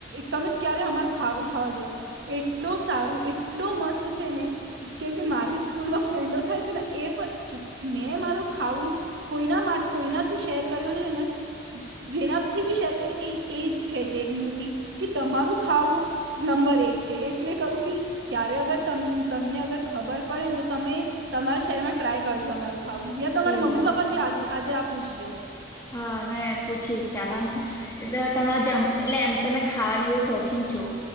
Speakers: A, on the right; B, on the left.
A: તમે ક્યારે અમાર ખાવું ખાવજો એટલો સારું એટલો મસ્ત છે ને કેમકે મારી સ્કૂલમાં ફ્રેન્ડો ખાય છે ને એ પણ મેં મારું ખાવું. કોઈના માટે કોઈનાથી શેર કર્યો અને જેનાથી બી શેર કર્યો એ એ જ કહે છે એક મથી કે તમારું ખાવું નંબર એક છે એટલે કહું કે ક્યારે અગર તમને અગર ખબર પડે ને તો તમે તમારા શહેર માં ટ્રાય કરજો અરું ખાવું યા તમારા
B: એવું
A: મમ્મી પપ્પા થી આજે આ પૂછજો
B: હા મેં પૂછીશ ચાલોને એ તમારા જમ એટલે એમ તમે ખાવાની બહ શોખીન છો.